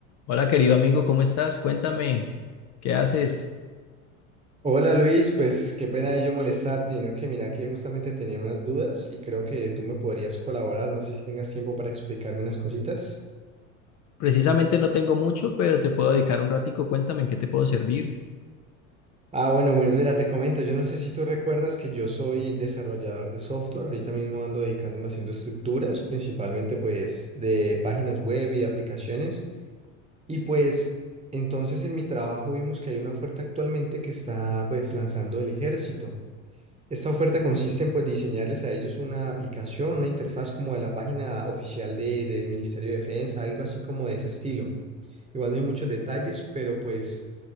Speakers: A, on the left; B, on the right.
A: Hola, querido amigo, ¿cómo estás? Cuéntame, ¿qué haces?
B: Hola Luis, pues qué pena yo molestarte, y no que mira que justamente tenía unas dudas y creo que tú me podrías colaborar, no sé si tengas tiempo para explicarme unas cositas.
A: Precisamente no tengo mucho, pero te puedo dedicar un ratico. Cuéntame, ¿en qué te puedo servir?
B: Ah, bueno, mi- mira, te comento, yo no sé si tú recuerdas que yo soy desarrollador de software, ahorita mismo ando dedicándome haciendo estructuras, principalmente pues de páginas web y de aplicaciones, y pues entonces en mi trabajo vimos que hay una oferta actualmente que está pues lanzando el ejército. Esta oferta consiste en pues, diseñarles a ellos una aplicación, una interfaz como de la página oficial de- del Ministerio de Defensa, algo así como de ese estilo. Igual no hay muchos detalles, pero pues